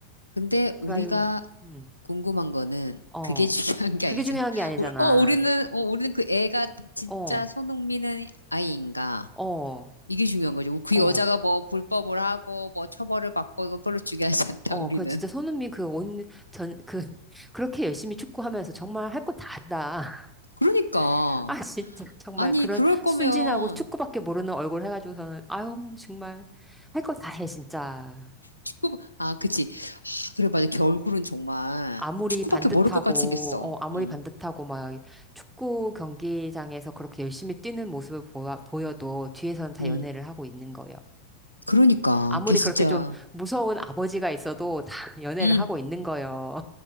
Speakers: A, on the left; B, in the centre.
A: 근데 우리가
B: 그래가지고, 음,
A: 궁금한 거는
B: 어.
A: 그게 <laughs> 중요한 게
B: 그게
A: 아니잖아.
B: 중요한 게 아니잖아.
A: 우리- 어, 우리는, 어, 우리는 그 애가 진짜
B: 어,
A: 손흥민은 아이인가?
B: 어,
A: 이게 중요한 거죠. 그
B: 어.
A: 여자가 뭐 불법을 하고 뭐 처벌을 받고 이거 별로 중요하지 <laughs> 않다,
B: 어,
A: 우리는.
B: 그 진짜 손흥민 그 온, 전, 그, <laughs> 그렇게 열심히 축구하면서 정말 할 거 다 한다.
A: 그러니까.
B: <laughs> 아, 진짜. 정말
A: 아니,
B: 그런
A: 그럴 거면
B: 순진하고 축구밖에 모르는 얼굴 해가지고서는, 아유, 정말 할 거 다 해, 진짜.
A: 축구, 아, 그치. 아, 그래, 맞아. 걔 얼굴은 정말
B: 아무리
A: 축구밖에
B: 반듯하고,
A: 모를 것 같이 생겼어.
B: 어, 아무리
A: 응,
B: 반듯하고, 막, 축구 경기장에서 그렇게 열심히 뛰는 모습을 보아, 보여도 뒤에서는 다
A: 응.
B: 연애를 하고 있는 거예요.
A: 그러니까.
B: 아무리
A: 걔 진짜,
B: 그렇게 좀 무서운 아버지가 있어도 다 <laughs> 연애를
A: 응.
B: 하고 있는 거예요.